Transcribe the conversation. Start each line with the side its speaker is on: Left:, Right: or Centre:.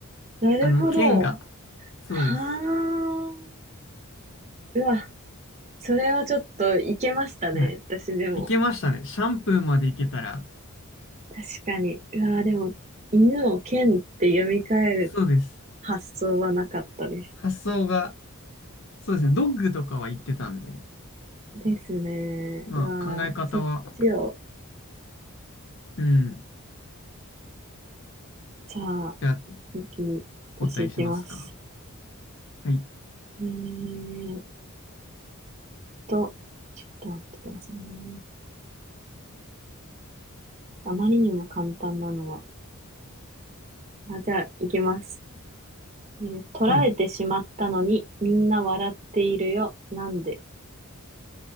Right: なるほど。
Left: あの、剣が、そうです。
Right: はあ。うわ、それはちょっといけましたね。
Left: はい。
Right: 私でも。
Left: いけましたね。シャンプーまでいけたら、
Right: 確かに。うわ、でも、犬を剣って読み替える
Left: そうです。
Right: 発想はなかったです。
Left: 発想が、そうですね。ドッグとかは言ってたんで、
Right: ですね。
Left: まあ考え方は、
Right: うわ、そっちを、
Left: うん。
Right: じゃあ、
Left: じゃあ、
Right: 次、私行きます。
Left: お答えしますか。はい。
Right: えーっと、ちょっと待ってくださいね。あまりにも簡単なのは。あ、じゃあ、行きます。えー、取られてしまったのに、
Left: はい。
Right: みんな笑っているよ。なんで